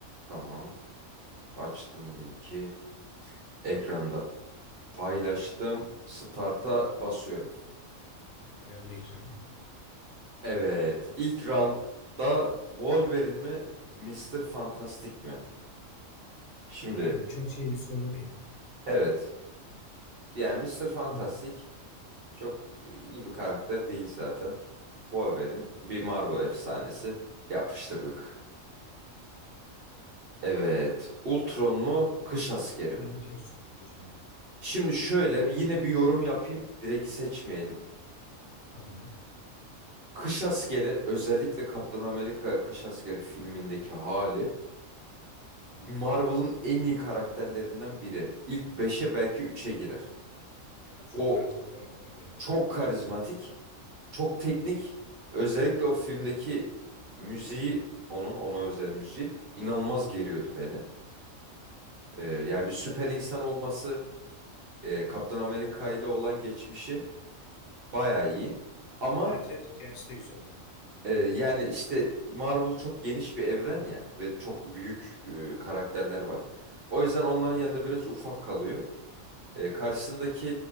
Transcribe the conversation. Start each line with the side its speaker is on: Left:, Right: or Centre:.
Right: Tamam. Açtım linki. Ekranda paylaştım. Start'a basıyorum.
Left: Tamam geldi ekran.
Right: Evet. İlk roundda Wolverine mi? Mister Fantastic mi? Şimdi
Left: Yani çok şey bir soru değil.
Right: evet. Yani Mister Fantastic
Left: Değil mi?
Right: çok iyi bir karakter değil zaten. Wolverine bir Marvel efsanesi. Yapıştırdık. Evet. Ultron mu? Kış askeri
Left: Winter
Right: mi?
Left: Soldier mı?
Right: Şimdi şöyle yine bir yorum yapayım. Direkt seçmeyelim.
Left: Tamam.
Right: Kış Askeri özellikle Kaptan Amerika Kış Askeri filmindeki hali Marvel'ın en iyi karakterlerinden biri. İlk beşe belki üçe girer.
Left: Abi çok
Right: O
Left: karizma karakterdi ya.
Right: çok karizmatik, çok teknik. Özellikle o filmdeki müziği onun ona özel müziği inanılmaz geriyordu beni. Ee, yani bir süper insan olması, e, Kaptan Amerika ile olan geçmişi bayağı iyi. Ama
Left: Evet evet hikayesi de güzeldi.
Right: Ee, yani işte Marvel çok geniş bir evren ya ve çok büyük e, karakterler var. O yüzden onların yanında biraz ufak kalıyor. E, karşısındaki